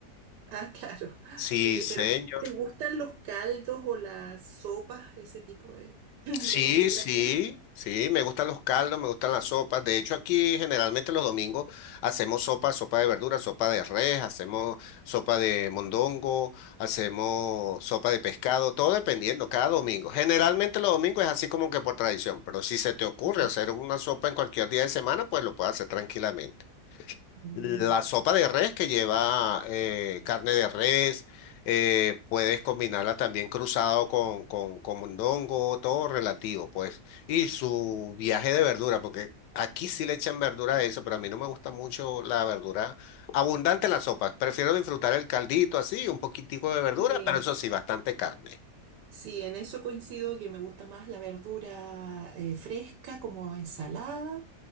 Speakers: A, on the right; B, on the left.
A: Ah, claro. <laughs>
B: Sí,
A: Sí,
B: señor.
A: pero ¿te gustan los caldos o las sopas, ese tipo de, <clears throat> de
B: Sí,
A: comida
B: sí,
A: también?
B: sí, me gustan los caldos, me gustan las sopas. De hecho, aquí generalmente los domingos hacemos sopa, sopa de verduras, sopa de res, hacemos sopa de mondongo, hacemos sopa de pescado, todo dependiendo, cada domingo. Generalmente los domingos es así como que por tradición, pero si se te ocurre
A: Ah,
B: hacer una sopa en cualquier día de semana, pues lo puedes hacer tranquilamente.
A: mm.
B: La sopa de res que lleva eh, carne de res, eh, puedes combinarla también cruzado con, con, con mondongo, todo relativo, pues. Y su viaje de verdura, porque aquí sí le echan verdura a eso, pero a mí no me gusta mucho la verdura abundante en las sopas. Prefiero disfrutar el caldito así, un poquitico de verdura,
A: Sí.
B: pero eso sí, bastante carne.
A: Sí, en eso coincido que me gusta más la verdura eh, fresca como ensalada,